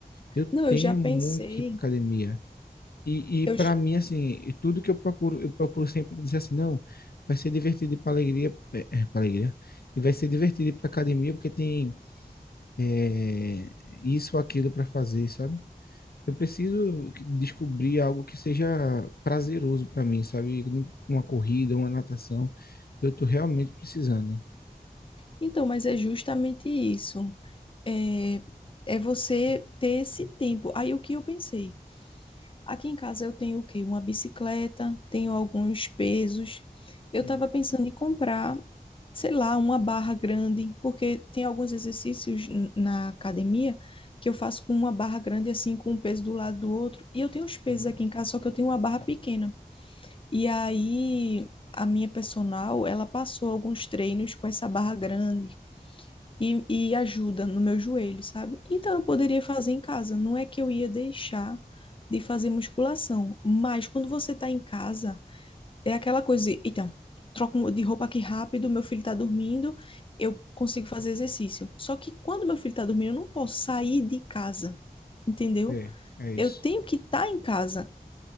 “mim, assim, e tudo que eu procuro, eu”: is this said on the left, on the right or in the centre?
Left